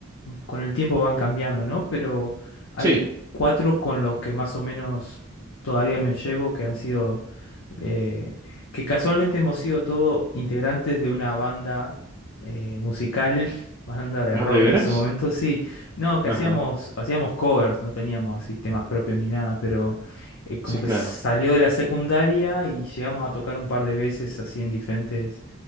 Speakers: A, on the left; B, on the right.
A: con el tiempo van cambiando, ¿no? Pero hay
B: Sí.
A: cuatro con los que más o menos todavía me llevo, que han sido, eh, que casualmente hemos sido todos integrantes de una banda eh, musical, <laughs> banda de
B: ¿De
A: rock
B: veras?
A: en su momento, sí. No, que
B: Ajá.
A: hacíamos, hacíamos covers, no teníamos así temas propios ni nada, pero eh, como
B: Sí, claro.
A: que salió de la secundaria y llegamos a tocar un par de veces así en diferentes